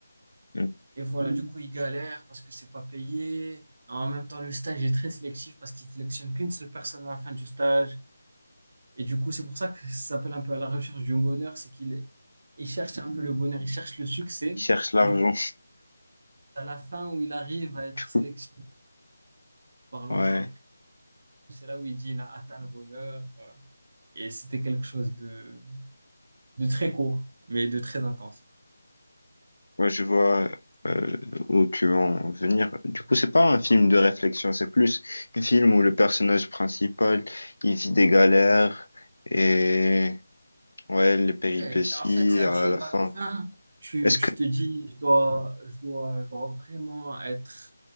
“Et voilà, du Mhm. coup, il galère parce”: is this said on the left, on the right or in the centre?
Right